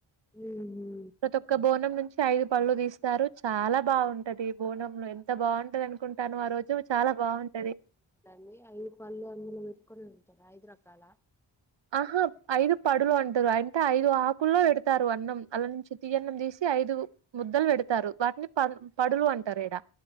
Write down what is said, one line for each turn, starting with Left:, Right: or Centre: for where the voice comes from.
Centre: ఉమ్
Right: ప్రతి ఒక్క బోనం నుంచి ఐదు పళ్ళు తీస్తారు చాలా బాగుంటది బోనం ఎంత బాగుంటది అనుకుంటానావ్ ఆ రోజు చాలా బాగుంటది
Centre: డి ఐదు పళ్ళు అందులో పెట్టుకుని ఉంటారు ఐదు రకాల
Right: ఆహా ఐదు పడులు అంటారు అంటే ఐదు ఆకుల్లో పెడతారు అన్నం అళ్ల నుంచి తీయ్యన్నం తీసి ఐదు ముద్దలు పెడతారు వాటిని ప పడులు అంటారు ఇడ